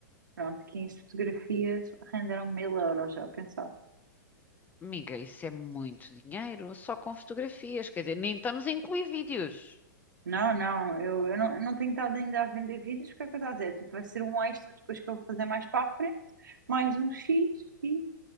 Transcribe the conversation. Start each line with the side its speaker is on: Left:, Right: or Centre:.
Right: Pronto, 15 fotografias renderam mil euros, já pensaste?
Left: Amiga, isso é muito dinheiro, só com fotografias, quer dizer, nem estamos a incluir vídeos.
Right: Não, não, eu, eu não, eu não tenho estado ainda a vender vídeos, porque é o que eu estou a dizer, tipo, vai ser um extra depois que eu vou fazer mais para a frente, mais um X e.